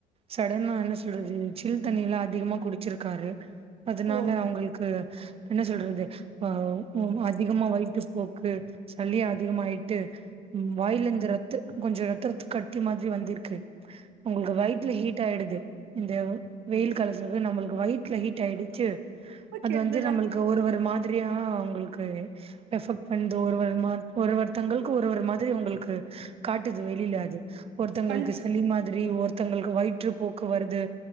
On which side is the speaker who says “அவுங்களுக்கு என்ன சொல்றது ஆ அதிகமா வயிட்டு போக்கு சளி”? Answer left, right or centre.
Right